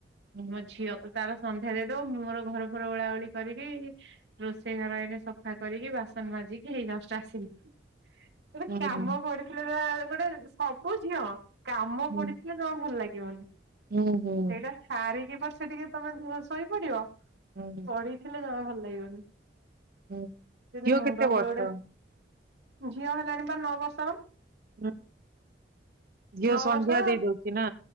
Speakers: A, on the right (about 50°); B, on the right (about 70°).
A: ହୁଁ
B: ମୋ ଝିଅ କୁ ତାର ସନ୍ଧ୍ୟା ଦେଇଦବ ମୁଁ ମୋର ଘର ଫର ଓଳାଉଳି କରିକି ରୋଷେଇ ଘର ଏଇନେ ସ ସଫା କରିକି ବାସନ ମାଜିକି ହେଇ ଯଷ୍ଟ ଆସିଲି ମତେ
A: ହୁଁ
B: କାମ ପଡି ଥିଲେ ବା ଗୋଟେ ସବୁ ଝିଅ। କାମ
A: ହୁଁ
B: ପଡିଥିଲେ ଯମା ଭଲ ଲାଗିବନି
A: ହୁଁ ହୁଁ
B: ସେଇଟା। ସାରିକି ପଛେ ଟିକେ ତମେ ଧୁ ଶୋଇ ପଡିବ।
A: ହୁଁ।
B: ପଢିଥିଲେ ଜମା ଭଲ ଲାଗିବନି।
A: ହୁଁ
B: ଯମତି
A: ଝିଅ
B: ମୁଣ୍ଡ
A: କେତେ
B: ଉପରେ
A: ବର୍ଷ
B: ଗୋଟେ ଝିଅ ହେଲାଣି ବା ନଅ ବର୍ଷର।
A: ହୁଁ। ଝିଅ
B: ନଅ
A: ସନ୍ଧ୍ୟା
B: ବର୍ଷର ‌।
A: ଦେଇ ଦଉଛି ନା।